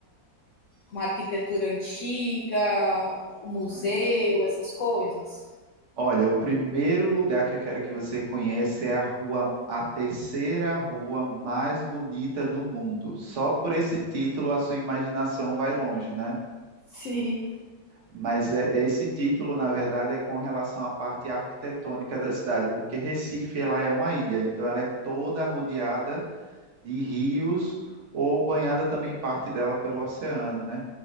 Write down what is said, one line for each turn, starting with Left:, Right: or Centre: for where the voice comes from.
Left: uma arquitetura antiga, um museu,
Right: Ai.
Left: essas coisas.
Right: Olha, o primeiro lugar que eu quero que você conheça é a rua, a terceira rua mais bonita do mundo. Só por esse título a sua imaginação vai longe, né?
Left: Sim.
Right: Mas é, esse título, na verdade, é com relação à parte arquitetônica da cidade, porque Recife ela é uma ilha, então ela é toda rodeada de rios ou banhada também parte dela pelo oceano, né?